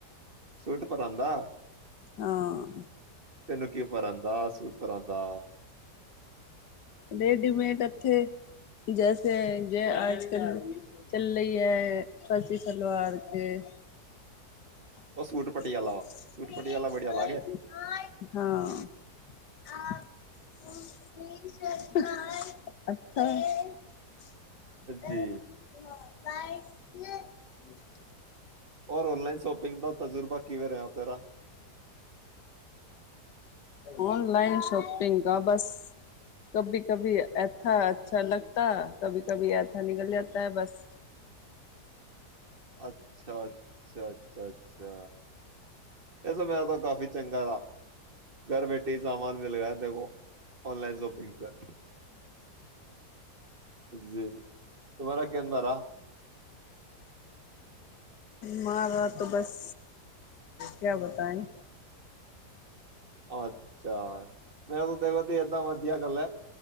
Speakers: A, on the right (about 35°); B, on the left (about 80°).
A: ਸੂਟ ਪਰਾਦਾਾ
B: ਹਾਂ
A: ਤੈਨੂੰ ਕੀ ਪਰਾਂਦਾ ਦਾ ਸੂਪਰਾਂਦਾ
B: ਰੇਡੀਮੇਡ ਇੱਥੇ ਜੈਸੇ ਜੇ ਆਜ ਕਲ ਚੱਲ ਰਹੀ ਹੈ ਫਰਜ਼ੀ ਸਲਵਾਰ ਕੇ ਹਾਂ
A: ਉਹ ਸੂਟ ਪਟਿਆਲਾ, ਸੂਟ ਪਟਿਆਲਾ ਬੜੀਆ ਲਾਗੇ
B: ਅਛਾ
A: ਜੀ
B: <inaudible>
A: ਔਰ ਔਨਲਾਈਨ ਸ਼ੋਪਿੰਗ ਦਾ ਤਜੁਰਬਾ ਕਿਵੇਂ ਰਿਹਾ ਆਪ ਤੇਰ੍ਹਾਂ
B: ਔਨਲਾਈਨ ਸ਼ੋਪਿੰਗ ਕਾ ਬਸ ਕਭੀ ਕਭੀ ਐਥਾ ਅੱਛਾ ਲਗਤਾ ਕਭੀ ਕਭੀ ਐਥਾ ਨਿਕਲ ਜਾਤਾ ਹੈ ਬਸ
A: ਅੱਛਾ ਅੱਛਾ ਅੱਛਾ ਅ ਅੱਛਾ ਇਹ ਸਮੇ ਤਾਂ ਕਾਫ਼ੀ ਚੰਗਾ ਤਾ ਘਰ ਬੈਠੇ ਹੀ ਸਾਮਾਨ ਮਿਲ ਗਿਆ ਦੇਖੋ ਔਨਲਾਈਨ ਸ਼ੋਪਿੰਗ ਪਰ ਜੀ ਤੁਮਾਰਾ ਕਿਦਾ ਰਹਾ
B: ਮਾਰਾ ਤੋਂ ਬਸ ਕਿਆ ਬਤਾਏ
A: ਅੱਛਾ ਮੈਂ ਉੋਂਨੂੰ ਦੇਖੋ ਭੇਜ ਤਾ ਵਧੀਆ ਗੱਲ ਹੈ